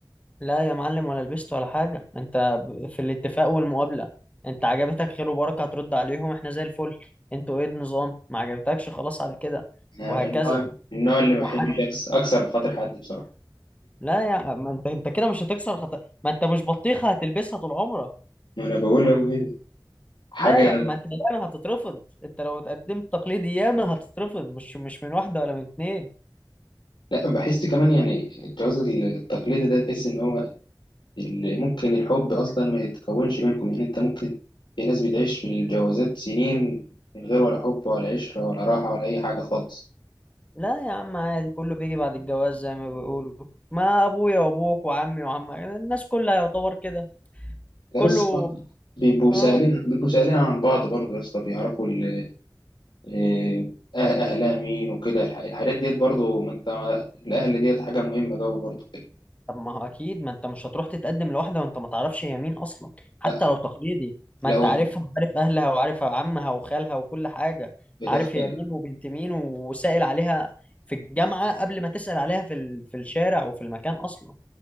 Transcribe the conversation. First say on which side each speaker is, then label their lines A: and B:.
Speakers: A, on the left; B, on the left.
A: لا يا معلم ولا لبست ولا حاجه انت ب- في الاتفاق والمقابله انت عجبتك خير وبركه هترد عليهم احنا زي الفل انتوا ايه النظام ما عجبتكش خلاص على كده
B: انا
A: وهكذا
B: من النوع من النوع اللي ما
A: وحتى
B: بحبش أكس- اكسر بخاطر حد بصراحه
A: لا يا ما انت انت كده مش هتكسر خط ما انت مش بطيخه هتلبسها طول عمرك
B: ما انا بقول حاجه
A: لا يا ما انت ياما هتترفض انت لو اتقدمت تقليدي ياما هتترفض مش مش من واحده ولا من اتنين
B: لا بحس كمان يعني الجواز التقليدي ده تحس ان هو اللي ممكن الحب اصلا ما يتكونش بينكم يعني انت ممكن في ناس بتعيش في الجوازات سنين من غير ولا حب ولا عشرة ولا راحة ولا اي حاجة خالص
A: لا يا عم عادي كله بيجي بعد الجواز زي ما بيقولوا ما ابويا وابوك وعمي وعمك الناس كلها يعتبر كده
B: لا
A: كله
B: بس بيبقوا سائلين
A: اه
B: بيبقوا سائلين عن بعض برضه يا اسطى بيعرفوا ال- إيه، أه- اهلها مين وكده الح- الحاجات ديت برضه ما انت الاهل ديت حاجة مهمة قوي برضه في ال-
A: طب ما هو اكيد ما انت مش هتروح تتقدم لواحده وانت ما تعرفش هي مين اصلا حتى
B: لا
A: لو تقليدي ما
B: لا
A: انت
B: هو
A: عارفها وعارف اهلها وعارف عمها وخالها وكل حاجه
B: بتختلف
A: عارف هي مين وبنت مين وسائل عليها في الجامعه قبل ما تسأل عليها في ال... في الشارع وفي المكان اصلا